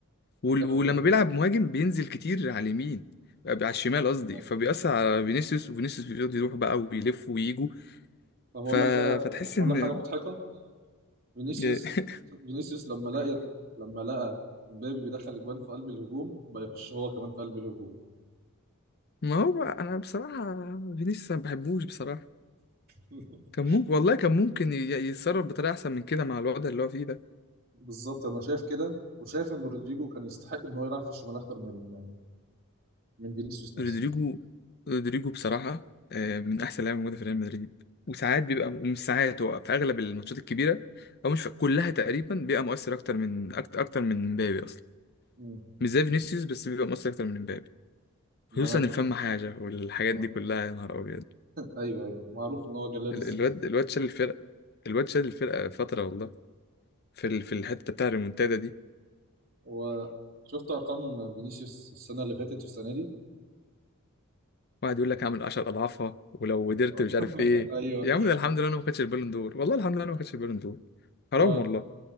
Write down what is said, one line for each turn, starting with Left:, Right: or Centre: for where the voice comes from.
Left: ول-
Right: فاهم
Left: ولما
Right: قصدك.
Left: بيلعب مهاجم بينزل كتير على اليمين على الشمال قصدي
Right: آه.
Left: فبيأثر على فينيسيوس وفينيسيوس بيقعد يروح بقى ويلف ويجوا
Right: طب اقول
Left: ف...
Right: لك حاجه
Left: فتحس
Right: اقول
Left: ان
Right: لك حاجه مضحكه فينيسيوس
Left: <laughs>
Right: فينيسيوس لما لقى لما لقى امبابي بيدخل اجوان في قلب الهجوم بقى يخش هو كمان في قلب الهجوم
Left: ما هو بقى انا بصراحة فينيسيوس أنا ما بحبوش بصراحة
Right: <laughs>
Left: كان ممكن والله كان ممكن ي- يتصرف بطريقة احسن من كده مع الوضع اللي هو فيه ده
Right: بالظبط انا شايف كده وشايف ان رودريجو كان يستحق ان هو يلعب في الشمال اكتر من من فينيسيوس نفسه
Left: رودريجو رودريجو بصراحة آه، من احسن لعيبة موجودة في ريال مدريد وساعات بيبقى ومش ساعات هو في اغلب الماتشات الكبيرة او مش في كلها تقريبا بيبقى مؤثر اكتر من أكت- اكتر من مبابي اصلا
Right: مم.
Left: مش زي فينيسيوس بس بيبقى مؤثر اكتر من امبابي خصوصا
Right: ما انا ف...
Left: الفم حاجه والحاجات
Right: آه.
Left: دي كلها يا نهار ابيض
Right: ايوه ايوه معروف ان هو جلاد
Left: ال-
Right: السيتي
Left: الواد الواد شال الفرقه الواد شال الفرقه فتره والله في ال- في الحته بتاع الريمونتادا دي
Right: وشفت ارقام فينيسيوس السنه اللي فاتت والسنه دي
Left: واحد يقول لك اعمل 10 اضعافها ولو قدرت
Right: <laughs>
Left: مش عارف ايه
Right: ايوه
Left: يا عم ده الحمد لله انا ما خدتش البالون دور والله الحمد لله انا ما خدتش البالون دور حرام
Right: اه
Left: والله